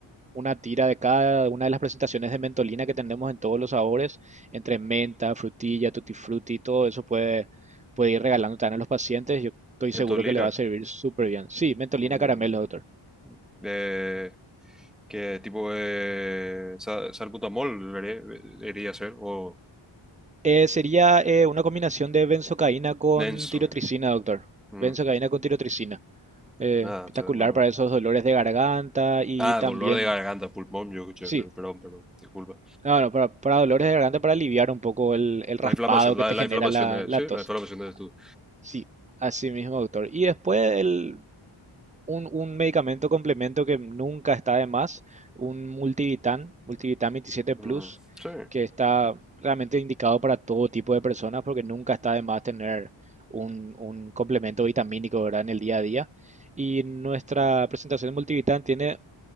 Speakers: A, on the right (about 20°); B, in the centre.
A: una tira de cada una de las presentaciones de mentolina que tenemos en todos los sabores, entre menta, frutilla, tutti frutti, todo eso puede, puede ir regalando también a los pacientes. Yo estoy
B: Mentolina.
A: seguro que le va a servir súper bien. Sí, mentolina
B: Mentol-
A: caramelo, doctor.
B: Eh, que tipo de sal, salbutamol deberi- debería ser o
A: Eh, sería eh, una combinación de benzocaína con
B: denso
A: tirotricina, doctor.
B: Mm,
A: Benzocaína con tirotricina. Eh,
B: Ah,
A: espectacular
B: yo no.
A: para esos dolores de garganta y
B: Ah,
A: también,
B: dolor de garganta, pulmón, yo escuché,
A: sí,
B: pero- perdón, perdón, disculpa.
A: No, no, para, para dolores de garganta, para aliviar un poco el, el
B: La
A: raspado
B: inflamación, la,
A: que te
B: la
A: genera
B: inflamación
A: la,
B: es,
A: la
B: sí,
A: tos.
B: la inflamación es tú.
A: Sí, así mismo, doctor. Y después el, un, un medicamento complemento que nunca está de más, un multivitan, multivitan 27 Plus,
B: Mm, sí.
A: que está realmente indicado para todo tipo de personas porque nunca está de más tener un, un complemento vitamínico, ¿verdad? en el día a día. Y nuestra presentación de multivitam tiene